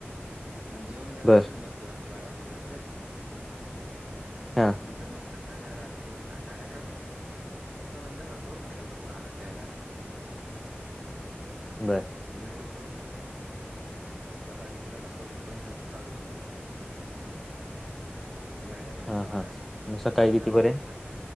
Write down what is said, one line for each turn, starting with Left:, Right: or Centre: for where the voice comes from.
Right: मग जेवण झाल्यावर
Centre: बर
Right: मी बसतो रा रात्री बारा वाजेपर्यंत
Centre: हा
Right: तर मग सकाळ साडे अकरा बंद करतो न कोणा आलात द्यायला.
Centre: बरं.
Right: ो <inaudible> सकाळी <unintelligible> उठतो चालू करतो. मॅडम येते
Centre: हा
Right: सहाला
Centre: हा मग सकाळी
Right: साडेसहापर्यंत
Centre: कितीपर्यंत